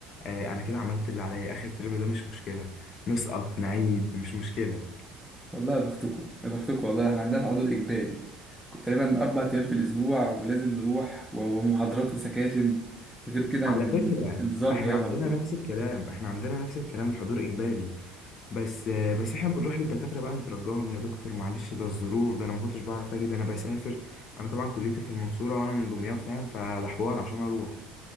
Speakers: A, on the left; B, in the centre.
A: آه، انا كده عملت اللي عليا اخر ترم ده مش مشكله نسقط نعيد مش مشكله
B: والله يا بختكوا يا بختكوا والله احنا عندنا حضور اجباري تقريبا اربع ايام في الاسبوع ولازم نروح و- ومحاضرات وسكاشن غير كده
A: على
B: ن-
A: فكره
B: ن- انذار
A: احنا
B: غياب
A: عندنا
B: على طول
A: نفس الكلام احنا عندنا نفس الكلام الحضور اجباري بس آه، بس احنا بنروح للدكاتره بقى نترجاهم يا دكتور معلش ده الظروف ده انا ما كنتش بعرف اجي ده انا بسافر انا طبعا كليتي في المنصوره وانا من دمياط فاهم فده حوار عشان اروح